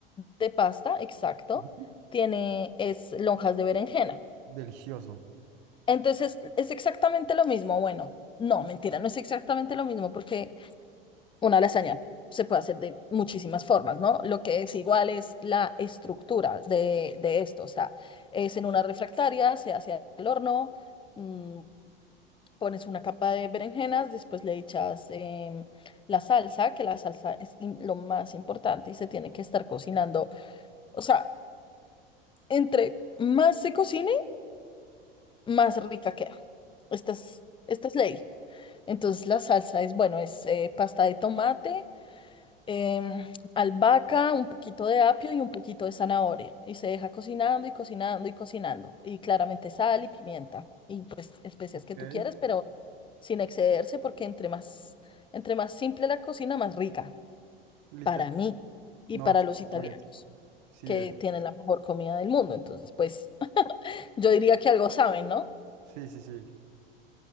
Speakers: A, on the left; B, on the right.
A: de pasta, exacto,
B: Ujú.
A: tiene es lonjas de berenjena.
B: Delicioso.
A: Entonces, es exactamente lo mismo. Bueno, no, mentira, no es exactamente lo mismo porque una lasaña se puede hacer de muchísimas formas, ¿no? Lo que es igual es la estructura de, de esto. O sea, es en una refractaria, se hace al horno, mm, pones una capa de berenjenas, después le echas em, la salsa, que la salsa es im- lo más importante y se tiene que estar cocinando. O sea, entre más se cocine, más rica queda. Esta es, esta es ley. Entonces la salsa es, bueno, es eh, pasta de tomate, em, albahaca, un poquito de apio y un poquito de zanahoria. Y se deja cocinando y cocinando y cocinando. Y claramente sal y pimienta y pues especias
B: Ok,
A: que tú quieras, pero sin excederse porque entre más, entre más simple la cocina, más rica
B: Literal.
A: para mí y
B: No,
A: para
B: sí,
A: los italianos,
B: sí es. Sí
A: que
B: es.
A: tienen la mejor comida del mundo. Entonces, pues <laughs> yo diría que algo saben, ¿no?
B: Sí, sí, sí.